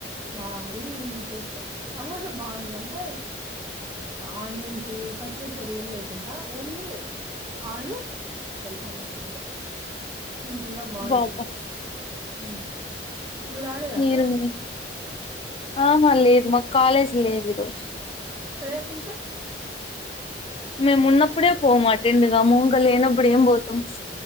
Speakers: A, on the right; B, on the left.
A: బారీ ఉండుండే టేస్ట్ సమోసా బావుంది అంటే ఆనియన్స్ పచ్చిమిర్చిలు ఏం లేకుండా ఓన్లీ ఆలు అది సమోసా అంతే సింపుల్గా బావుండింది
B: బాబా
A: హుమ్మ్ నువు రాలేదా
B: మీరు
A: అక్క
B: మీ ఆహా లేదు మాకు కాలేజ్ లేదు ఈరోజు
A: రేపుంటే
B: మేమున్నప్పుడే పోము అటెండ్ గాము ఇంగ లేనప్పుడు అప్పుడేం పోతాం